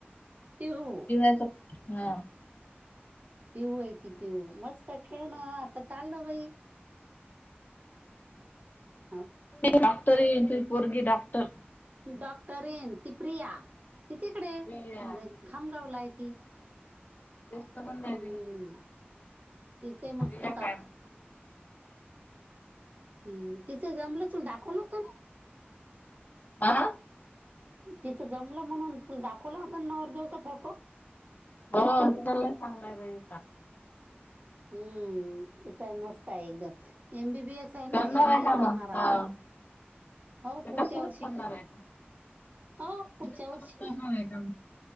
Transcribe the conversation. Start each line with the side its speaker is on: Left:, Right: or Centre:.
Right: पिहू
Left: हा
Right: पिऊू यती पिऊू मस्त खेळणं आता चाल ना बाई हम
Left: डॉक्टर त पोरगी डॉक्टर
Right: डॉक्टर येन ती प्रिया ती तिकडे
Left: प्रिया
Right: खामगावला आहे ती
Left: तेसत म्हण नाही
Right: हम्म तिचंही मस्त
Left: रि काय म्हण
Right: हम् तिचं जमलं तून दाखवलं होत
Left: हा
Right: तिथं जमलं म्हणून तु दाखवला होता नवदेवसा फोटो
Left: होला चांगलंय वले
Right: हम्म तेचा मस्त आहे एकदम एमबीबीएस आहे ना
Left: करणार
Right: एम
Left: आहे
Right: डी
Left: का मग
Right: करणार आता
Left: हा
Right: हो पुढच्या
Left: कसं
Right: वर्षी
Left: करणार आहे का
Right: हो
Left: त्याच्यासोबत
Right: पुढच्या वर्षी
Left: करणार आहे का